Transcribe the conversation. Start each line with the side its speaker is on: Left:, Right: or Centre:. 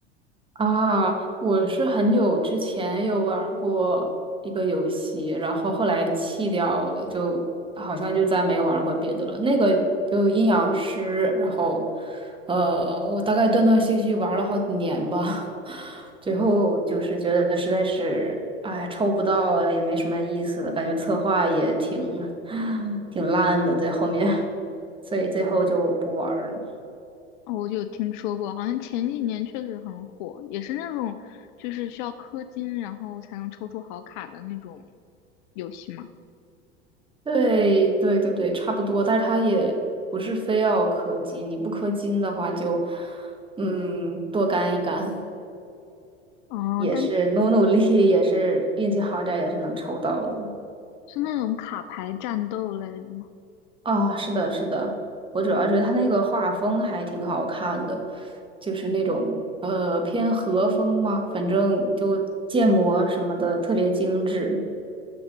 Right: 啊？我是很久之前有玩过一个游戏，然后后来弃掉了，就好像就再没玩过别的了。那个就阴阳师，然后呃，我大概断断续续玩了好几年吧，<laughs> 最后就是觉得实在是，哎，抽不到也没什么意思了，感觉策划也挺 <laughs> <sighs> 挺烂的，在后面，所以最后就不玩儿了。
Left: 哦，我就有听说过，好像前几年确实很火，也是那种就是需要氪金然后才能抽出好卡的那种游戏嘛。
Right: 对对对对，差不多，但是它也不是非要氪金，你不氪金的话就，嗯，多干一干，
Left: 哦，
Right: <laughs> 也是努努力，
Left: 但
Right: 也是运气好点儿，也是能抽到的。
Left: 是那种卡牌战斗类的吗？
Right: 啊、是的，是的，我主要觉得它那个画风还挺好看的，就是那种呃偏和风嘛，反正就建模什么的特别精致。